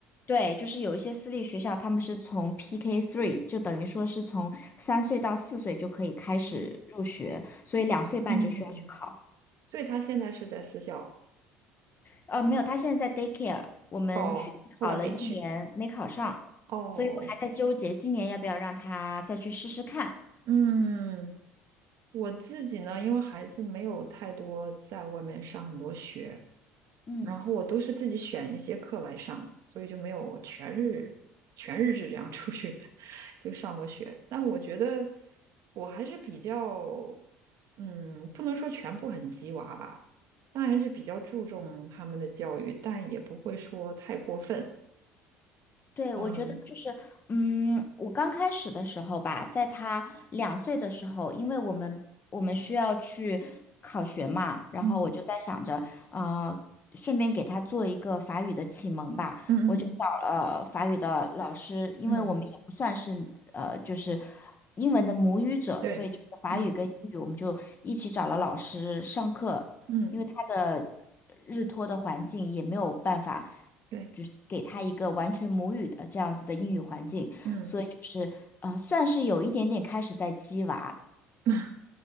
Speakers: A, on the left; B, on the right.
A: 对，就是有一些私立学校，他们是从 PK three，就等于说是从三岁到四岁就可以开始入学，
B: 哦
A: 所以两岁半就需要去考。
B: 嗯。所以他现在是在私校
A: 呃，没有，他现在在 daycare，我们去年考了一年没考上，
B: 哦，后来没去哦。
A: 所以我还在纠结今年要不要让他再去试试看。
B: 嗯，我自己呢，因为孩子没有太多在外面上很多学，
A: 嗯。
B: 然后我都是自己选一些课来上，所以就没有全日全日制这样出去 <laughs> 就上过学。但我觉得我还是比较，嗯，不能说全部很鸡娃吧，但还是比较注重他们的教育，但也不会说太过分。
A: 对，
B: 嗯
A: 我觉得就是，嗯，我刚开始的时候吧，在他两岁的时候，因为我们我们需要去考学嘛，然后我就在想着，
B: 嗯
A: 呃，顺便给他做一个法语的启蒙吧，
B: 嗯嗯嗯。
A: 我就找了法语的老师，因为我们也不算是呃，
B: 嗯，
A: 就是英文的母语者，
B: 对，
A: 所以就是法语跟英语我们就一起找了老师上课，
B: 嗯嗯，
A: 因为他的。日托的环境也没有办法，
B: 对，
A: 就是给他一个完全母语的这样子的英语环境，
B: 嗯，
A: 所以就是呃，算是有一点点开始在激娃，
B: <laughs>